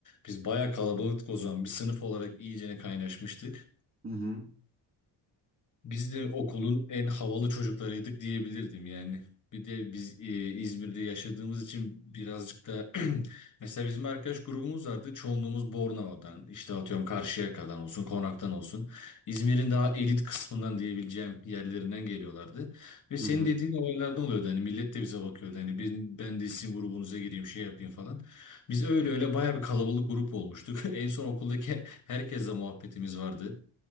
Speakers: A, on the left; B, on the right.
A: Biz bayağı kalabalıktık o zaman. Bir sınıf olarak iyicene kaynaşmıştık.
B: Hı hı.
A: Biz de okulun en havalı çocuklarıydık diyebilirdim yani. Bir de biz e, İzmir'de yaşadığımız için birazcık da <clears throat> mesela bizim arkadaş grubumuz vardı. Çoğunluğumuz Bornova'dan, işte atıyorum Karşıyaka'dan olsun, Konak'tan olsun. İzmir'in daha elit kısmından diyebileceğim yerlerinden geliyorlardı. Ve senin
B: Hı hı.
A: dediğin olaylardan oluyordu. Hani millet de bize bakıyordu. Hani ben, ben de sizin grubunuza gireyim, şey yapayım falan. Biz öyle öyle bayağı bir kalabalık grup olmuştuk. <laughs> En son okuldaki herkesle muhabbetimiz vardı.